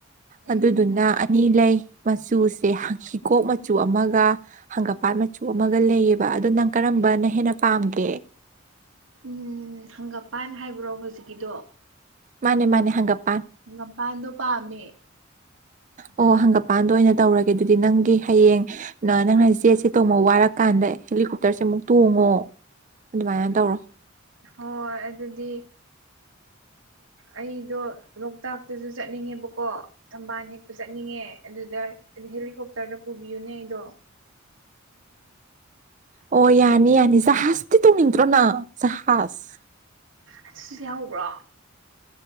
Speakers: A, on the right; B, on the right.
A: ꯎꯝ
B: ꯑꯗꯨꯗꯨꯅ ꯑꯅꯤ ꯂꯩ ꯃꯆꯨꯁꯦ ꯍꯤꯒꯣꯛ ꯃꯆꯨ ꯑꯃꯒ ꯍꯪꯒꯄꯥꯜ ꯃꯆꯨ ꯑꯃꯒ ꯂꯩꯌꯦꯕ ꯑꯗꯣ ꯅꯪ ꯀꯔꯝꯕꯅ ꯍꯦꯟꯅ ꯄꯥꯝꯒꯦ
A: ꯎꯝ ꯍꯪꯒꯄꯥꯜ ꯍꯥꯏꯕ꯭ꯔꯣ ꯍꯧꯖꯤꯛꯀꯤꯗꯣ
B: ꯃꯥꯅꯦ ꯃꯥꯅꯦ ꯍꯪꯒꯄꯥꯟ
A: ꯍꯥꯪꯒꯄꯥꯜꯗꯣ ꯄꯥꯝꯃꯦ
B: ꯑꯣ ꯍꯪꯒꯄꯥꯜꯗ ꯑꯣꯏꯅ ꯇꯧꯔꯒꯦ ꯑꯗꯨꯗꯤ ꯅꯪꯒꯤ ꯍꯌꯦꯡ ꯅꯪꯅ ꯖꯦꯠꯁꯦ ꯇꯣꯡꯕ ꯋꯥꯔꯀꯥꯟꯗ ꯍꯦꯂꯤꯀꯣꯞ ꯇꯔꯁꯦ ꯑꯃꯨꯛ ꯇꯣꯡꯉꯣ ꯑꯗꯨꯃꯥꯏꯅ ꯇꯧꯔꯣ
A: ꯍꯣꯏ ꯍꯣꯏ ꯑꯗꯨꯗꯤ ꯑꯩꯗꯣꯣꯛ ꯂꯣꯛꯇꯥꯛꯇꯁꯨ ꯆꯠꯅꯤꯡꯉꯦꯕꯀꯣ ꯊꯝꯕꯥꯜ ꯍꯦꯛꯄ ꯆꯠꯅꯤꯡꯉꯦ ꯑꯗꯨꯗ ꯍꯦꯂꯤꯀꯣꯞꯇꯔꯗ ꯄꯨꯕꯤꯌꯨꯅꯦ ꯗꯣ
B: ꯑꯣ ꯌꯥꯅꯤ ꯌꯥꯅꯤ ꯖꯍꯖ ꯇꯅꯤꯇ꯭ꯔꯣꯅꯥ ꯁꯍꯁ
A: ꯑꯗꯨꯁꯨ ꯌꯥꯎꯕ꯭ꯔꯣ